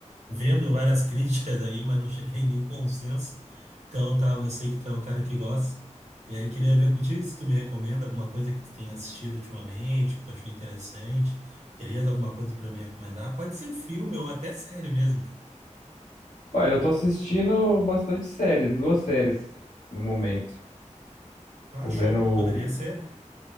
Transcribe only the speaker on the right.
vendo várias <laughs> críticas aí, mas não cheguei em nenhum consenso. Então, eu tava, eu sei que tu é um cara que gosta. E aí, queria ver contigo se tu me recomenda alguma coisa que tu tenha assistido ultimamente, que tu achou interessante. Terias alguma coisa pra me recomendar? Pode ser filme ou até série mesmo, cara.
Ah,
show,
poderia ser.